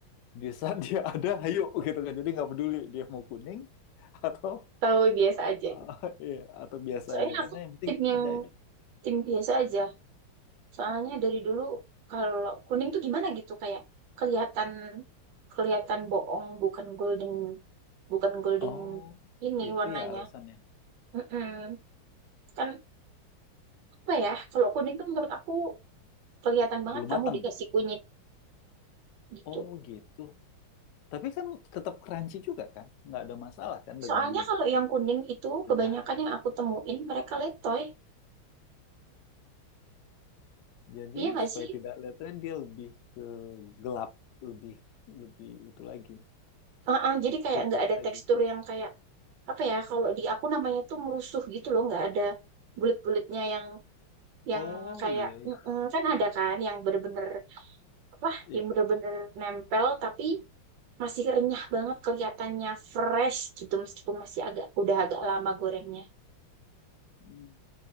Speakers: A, on the left; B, on the right.
A: Di saat dia <laughs> ada, ayo gitu kan. Jadi nggak peduli dia mau kuning atau
B: Tahu biasa
A: <laughs>
B: aja gitu.
A: iya, atau biasa
B: Soalnya
A: aja.
B: aku
A: Karena yang penting
B: tim yang
A: ada aja.
B: tim biasa aja. Soalnya dari dulu kalau kuning tuh gimana gitu kayak kelihatan kelihatan bohong bukan golden bukan golden
A: Oh,
B: ini
A: itu
B: warnanya.
A: ya alasannya.
B: Mm-mm. Kan apa ya kalau kuning tuh menurut aku kelihatan banget
A: Belum matang.
B: kamu dikasih kunyit gitu.
A: Oh gitu. Tapi kan tetap crunchy juga kan? Nggak ada masalah kan dengan
B: Soalnya kalau yang kuning itu
A: penyahannya.
B: kebanyakan yang aku temuin mereka letoy.
A: Jadi
B: Iya nggak
A: supaya
B: sih?
A: tidak kelihatan dia lebih ke gelap, lebih lebih itu lagi,
B: Uh-uh, jadi kayak
A: lebih
B: nggak
A: gelap
B: ada
A: lagi.
B: tekstur yang kayak apa ya kalau di aku namanya tuh merusuh gitu loh nggak ada bulet-buletnya yang yang
A: Oh
B: kayak
A: iya
B: mm,
A: iya.
B: kan ada kan yang bener-bener apa
A: Iya.
B: yang bener-bener nempel tapi masih renyah banget kelihatannya fresh gitu meskipun masih agak udah agak lama gorengnya
A: Hmm,